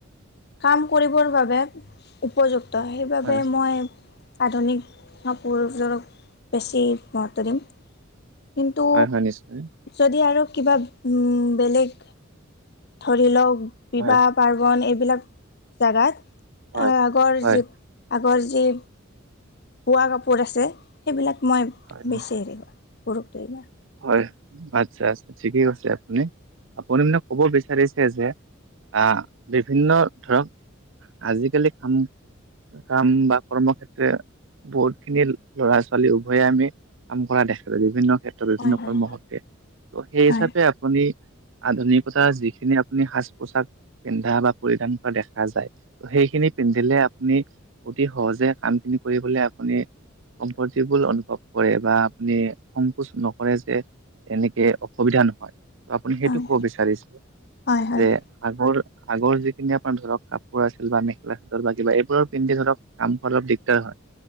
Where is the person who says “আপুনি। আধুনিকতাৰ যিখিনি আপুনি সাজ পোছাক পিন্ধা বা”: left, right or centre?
Right